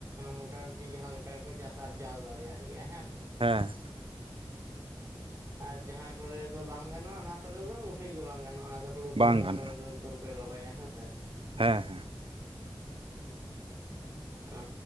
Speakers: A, on the right; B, on the right.
A: ᱢᱚᱴᱟᱢᱩᱴᱤ ᱡᱟᱦᱟᱸ ᱞᱮᱠᱟ ᱠᱚ ᱪᱟᱥ ᱟᱨᱡᱟᱣ ᱫᱟᱲᱮᱭᱟᱜ ᱜᱮᱭᱟ ᱦᱮᱸᱥᱮ
B: ᱦᱮᱸ
A: ᱚ ᱟᱨ ᱡᱟᱦᱟᱸ ᱠᱚᱨᱮ ᱫᱚ ᱵᱟᱝ ᱜᱟᱱᱚᱜᱼᱟ ᱚᱱᱟ ᱠᱚᱨᱮ ᱫᱚ ᱢᱩᱴᱷᱟᱹᱭ ᱜᱮ ᱵᱟᱝ ᱜᱟᱱᱚᱜᱼᱟ ᱟᱫᱚ ᱦᱩᱲᱩ
B: ᱵᱟᱝ
A: ᱠᱚ ᱚᱱᱟ
B: ᱜᱟᱱᱚᱜᱼᱟ
A: ᱠᱚᱨᱮ ᱫᱚ ᱱᱤᱛᱚᱝ ᱯᱮ ᱨᱚᱦᱚᱭᱟ ᱦᱮᱸᱥᱮ
B: ᱦᱮᱸ ᱦᱮᱸ
A: ᱚ